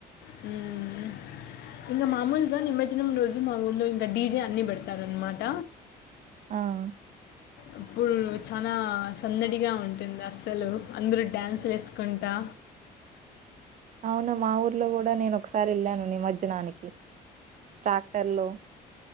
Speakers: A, on the left; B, on the right.
A: హమ్ ఇంకా మామూలుగా నిమజ్జనం రోజు మా ఊర్లో ఇంకా డీజే అన్ని పెడతారున్నమాట
B: ఆ
A: అప్పుడు చాలా సందడిగా ఉంటుంది అస్సలు అందరూ డ్యాన్సులు ఎసుకుంటా
B: అవును మా ఊర్లో కూడా నేను ఒకసారి వెళ్ళాను నిమర్జనానికి ట్రాక్టర్ లో